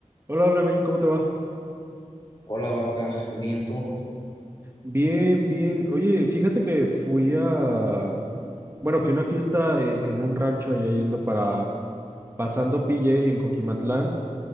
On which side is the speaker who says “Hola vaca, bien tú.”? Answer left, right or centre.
Left